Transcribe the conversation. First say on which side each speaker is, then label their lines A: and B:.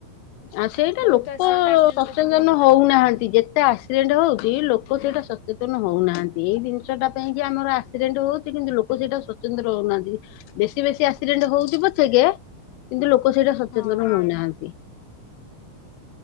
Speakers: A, on the left; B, on the left.
A: ଆ ସେଇଟା
B: ବହୁତ
A: ଲୋକ
B: ଆସି ଆକ୍ସିଡେଣ୍ଟ
A: ସଚେତନ
B: ସେଥିପାଇଁ ହଉଛି
A: ହଉନାହାନ୍ତି ଯେତେ ଆସ। ଏକ୍ସିଡେଣ୍ଟ ହଉଛି ଲୋକ ସେଇଟା ସଚେତନ ହଉନାହାନ୍ତି ଏଇ ଜିନିଷଟା ପାଇଁ କି ଆମର ଆ ଆକ୍ସିଡେଣ୍ଟ ହଉଛି କିନ୍ତୁ ଲୋକ ସେଇଟା ସ୍ଵତନ୍ତ୍ର ହଉନାହାନ୍ତି ବେଶୀ ବେଶୀ ଆକ୍ସିଡେଣ୍ଟ ହଉଛି ପଛକେ କିନ୍ତୁ ଲୋକ ସେଇଟା ସଚେତନ
B: ହଁ।
A: ହଉନାହାନ୍ତି।